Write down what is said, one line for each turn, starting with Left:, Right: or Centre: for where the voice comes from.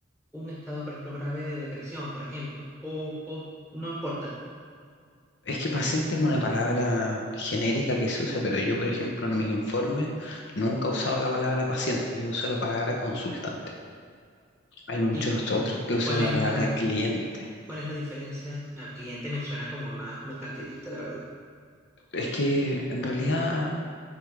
Centre: un estado, por ejemplo, grave de depresión, por ejemplo, o, o no importa?
Left: Es que paciente es una palabra genérica que se usa, pero yo, por ejemplo, en mis informes nunca he usado la palabra paciente, yo uso la palabra consultante. Hay muchos
Centre: ¿Y
Left: otros que usan
Centre: cuál
Left: la
Centre: es
Left: palabra
Centre: la,
Left: cliente.
Centre: ¿Cuál es la diferencia? Ah, cliente me suena como más mercantilista, la verdad.
Left: Es que en realidad